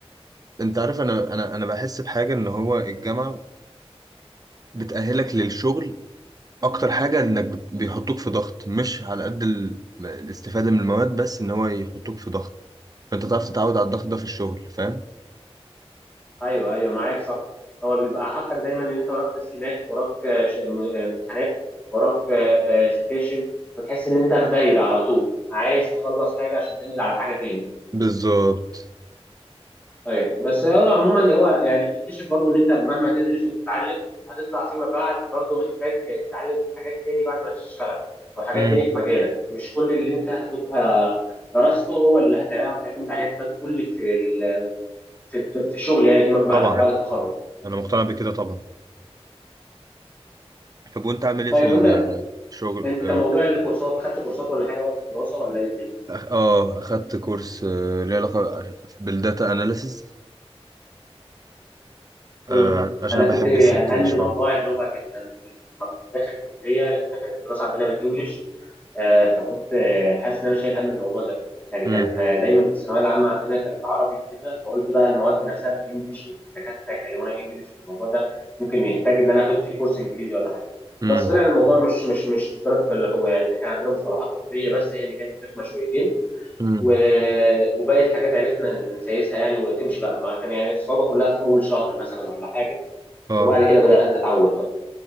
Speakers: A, on the right (about 35°); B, on the left (about 15°).
A: انت عارف انا انا انا بحس بحاجه ان هو الجامعه بتأهلك للشغل اكتر حاجه انك بت- بيحطوك في ضغط مش على قد ال- الاستفاده من المواد بس ان هو يحطوك في ضغط فانت تعرف تتعود على الضغط ده في الشغل فاهم
B: ايوه ايوه معاك صح هو بيبقى حاطك دايما ان انت وراك تسليمات وراك آه، ش- آه، م- آه، امتحانات وراك آه، آه، سكاشن فتحس ان انت في دايره على طول عايز تخلص حاجه عشان تنقل على حاجه تاني
A: بالظبط
B: ايوه بس هو عموما هو يعني بتكتشف برضو ان انت مهما تدرس وتتعلم هتطلع فيما بعد برضو محتاج تتعلم حاجات تاني بعد ما تشتغل او حاجات
A: امم
B: تاني في مجالك مش كل اللي انت هتبقى درسته هو اللي هتعرف تعتمد عليه اعتماد كلي في ال- في الد- في الشغل يعني فيما بعد
A: طبعا
B: او بعد التخرج
A: انا مقتنع بكده طبعا طب وانت عامل ايه
B: طيب
A: في
B: وانت
A: الشغل
B: انت
A: اه
B: موضوع الكورسات خدت كورسات ولا حاجه وقت الدراسه ولا ايه الدنيا؟
A: آه، اخدت كورس آه، ليه علاقه بالداتا اناليسز
B: مم.
A: آه عشان
B: انا
A: بحب
B: كنت قلقان
A: السكه دي
B: من
A: شويه
B: موضوع اللغه جدا لما كنت داخل الكليه إحنا كانت الدراسه عندنا بالانجلش آه، فكنت آه، حاسس ان انا شايل هم الموضوع ده يعني
A: امم
B: كان آه، دايما في الثانويه العامه عندنا كانت عربي وكده فقلت بقى المواد نفسها بالانجلش الدكاتره يكلمونا انجلش الموضوع ده ممكن يحتاج ان انا اخد فيه كورس انجليزي ولا حاجه
A: امم
B: بس طلع الموضوع مش مش مش الدرجه اللي هو يعني إحنا كان عندنا مصطلحات طبيه بس هي اللي كانت رخمه شويتين
A: امم
B: و- وباقي الحاجات عرفنا نسيسها يعني وتمشي بقى ما كان يعني الصعوبة كلها في أول شهر مثلا ولا حاجة
A: اه
B: وبعد كده بدأت أتعود بقى